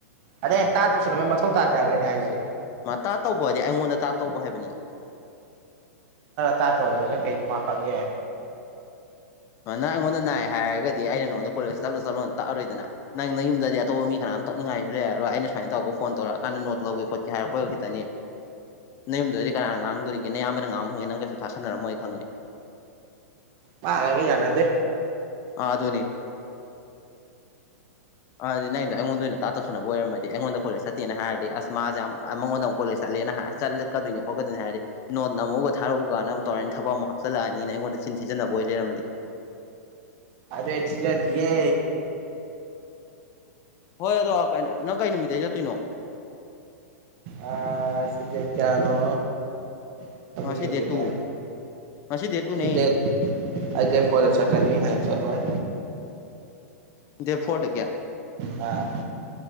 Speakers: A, on the right; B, on the left.
A: ꯑꯗꯩꯩꯅ ꯇꯥ ꯇꯧꯁꯅꯕꯕꯒꯤ ꯃꯊꯧ ꯇꯥꯗꯦ ꯍꯥꯏꯕ ꯑꯩꯅ ꯑꯩꯁꯦ
B: ꯇꯥꯠ ꯇꯧꯕꯗꯤ ꯑꯩꯉꯣꯟꯗ ꯇꯥꯠ ꯇꯧꯕ ꯍꯥꯏꯕꯅꯤ
A: ꯇꯥꯇ ꯍꯧꯖꯦꯂ ꯀꯩ ꯃꯥ ꯐꯪꯒꯦ
B: ꯅꯪ ꯑꯩꯉꯣꯟꯗ ꯅꯥꯏ ꯍꯥꯏꯔꯒꯗꯤ ꯑꯩꯅ ꯅꯉꯣꯟꯗ ꯀꯣꯂꯦꯖ ꯆꯠꯂꯣ ꯆꯠꯂꯣꯅ ꯇꯥꯛꯑꯔꯣꯏꯗꯅ ꯅꯪ ꯅꯌꯨꯝꯗꯗꯤ ꯑꯇꯣꯞꯄ ꯃꯤ ꯀꯅꯥꯝ ꯇꯛꯅꯤꯡꯉꯥꯏꯁꯨ ꯂꯩ ꯑꯗꯣ ꯑꯩꯅ ꯁꯨꯃꯥꯏꯅ ꯇꯧꯔꯒ ꯐꯣꯟ ꯇꯧꯔꯛꯑꯀꯥꯟꯗ ꯅꯣꯠ ꯂꯧꯒꯦ ꯈꯣꯠꯀꯦ ꯍꯥꯏꯔꯛꯄ ꯈꯤꯇꯅꯤ ꯅꯌꯨꯝꯗꯗꯤ ꯀꯅꯥ ꯉꯥꯡꯗꯣꯔꯤꯒꯦ ꯅꯌꯥꯝꯕꯅ ꯉꯥꯡꯕ ꯐꯪꯏ ꯅꯪ ꯀꯩꯁꯨ ꯊꯥꯁꯟꯅꯔꯝꯃꯣꯏ ꯑꯩ ꯈꯪꯉꯤ
A: ꯃꯥꯒ ꯑꯩꯒ ꯌꯥꯅꯗꯦ
B: ꯑꯗꯨꯅꯤ ꯑꯗꯤ ꯅꯪꯗꯣ ꯑꯩꯉꯣꯟꯗ ꯑꯣꯏꯅ ꯇꯧꯁꯤꯟꯅꯅꯕ ꯑꯣꯏꯔꯝꯗꯤ ꯑꯩꯉꯣꯟꯗ ꯀꯣꯂꯦꯖ ꯆꯠꯇꯦꯅ ꯍꯥꯏꯔꯗꯤ ꯑꯁ ꯃꯥꯁꯦ ꯌꯥꯝ ꯃꯉꯗ ꯑꯃꯨ ꯀꯣꯂꯦꯖ ꯆꯠꯦ ꯆꯠꯂꯦꯅ ꯍꯥꯏ ꯆꯠꯂꯛꯀꯣꯏ ꯈꯣꯠꯀꯣꯏꯅꯦ ꯍꯥꯏꯔꯗꯤ ꯅ ꯑꯃꯨꯛ ꯊꯥꯔꯛꯎ ꯀꯀ ꯑꯃꯨꯛꯧꯔꯅꯤ ꯊꯕꯛ ꯑꯃꯛ ꯍꯥꯞꯆꯜꯂꯛꯑꯅꯤꯅ ꯑꯩꯉꯣꯟꯗ ꯁꯤ ꯊꯤꯖꯤꯟꯅꯕ ꯑꯣꯏ ꯂꯩꯔꯝꯃꯗꯤ
A: ꯑꯔꯦ ꯊꯤꯖꯗꯤꯌꯦ
B: ꯍꯣꯏ ꯑꯗꯣ ꯀꯩ ꯅꯪ ꯀꯩ ꯅꯨꯃꯤꯠꯇꯩ ꯆꯠꯇꯣꯏꯅꯣ
A: ꯑꯥ ꯉꯁꯤꯗꯦ ꯀꯥꯌꯥꯅꯣ ꯑꯝꯇꯕꯨ
B: ꯉꯁꯤ
A: ꯌꯦꯡꯒꯦꯅꯦ
B: ꯗꯦꯠ ꯇꯨ ꯉꯁꯤ ꯗꯦꯠ ꯇꯨꯅꯦ
A: ꯁꯤꯗ ꯑꯩꯗ ꯐꯣꯟꯗ ꯆꯠꯀꯅꯤ ꯍꯥꯏꯅ ꯆꯠꯂꯣꯏ
B: ꯗꯦꯠ ꯐꯣꯔꯗꯒꯤ
A: ꯑꯥ